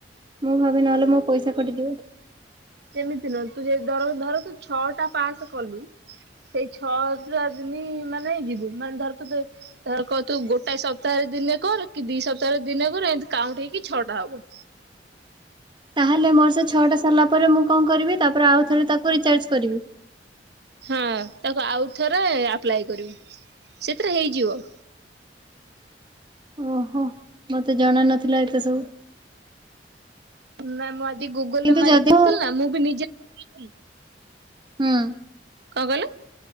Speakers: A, on the right; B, on the right.
A: ମୁଁ ଭାବି ନଲେ ମୋ ପଇସା କଟିଯିବ।
B: ସେମିତି ନୁହଁ, ତୁ ଯେ ଦର ଧର ତୁ ଛଅଟା ପାସ୍ କଲୁ। ସେଇ ଛଅ ଟା ଦିନି ମାନେ ଯିବୁ, ମାନେ ଧର ତୁ ଯେ ତୋର କଅ ତୁ ଗୋଟାଏ ସପ୍ତାହରେ ଦିନେ କର, କି ଦି ସପ୍ତାହରେ ଦିନେ କର, ଏମିତି କାଉଣ୍ଟ ହେଇକି ଛଅଟା ହବ।
A: ତାହେଲେ ମୋର ସେ ଛଅଟା ସରିଲା ପରେ, ମୁଁ କଣ କରିବି ତାପରେ ଆଉ ଥରେ ତାକୁ ରିଚାର୍ଜ କରିବି?
B: ହଁ ତାକୁ ଆଉଥରେ ଆପ୍ଲାଏ କରିବୁ, ସେଥିରେ ହେଇଯିବ।
A: ଓହୋ! ମୋତେ ଜଣା ନଥିଲା ଏତେ ସବୁ।
B: ନା ମୁଁ ଆଜି ଗୁଗୁଲ୍
A: କିନ୍ତୁ
B: ରେ ମାରିକି
A: ଯଦି
B: ଦେଖୁଥିଲି ନା ମୁଁ ବି ନିଜେ ଦେଖିଲି
A: ହୁଁ।
B: କଣ କହିଲୁ?